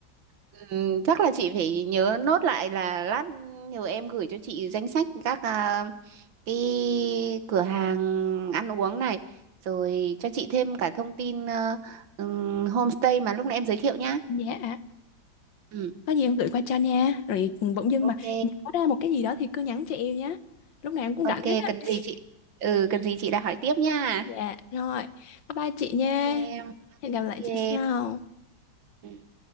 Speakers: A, on the right; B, on the left.
A: Ừ, chắc là chị phải nhớ nốt lại là lát nhờ em gửi cho chị danh sách các à, cái cửa hàng ăn uống này rồi cho chị thêm cả thông tin ờ, ừm, homestay mà lúc nãy em giới thiệu nhá.
B: Dạ.
A: Ừ,
B: có gì em gửi qua cho nha rồi bỗng dưng
A: Ok.
B: mà nhớ ra một cái gì đó thì cứ nhắn cho em nhé lúc nào em cũng
A: ok,
B: rảnh hết á
A: cần
B: <laughs>
A: gì chị? Ừ, cần gì chị đã hỏi tiếp nha.
B: dạ rồi bye bye chị nha
A: Thank you em.
B: hẹn gặp lại
A: Thank you
B: chị
A: em.
B: sau
A: Ừ.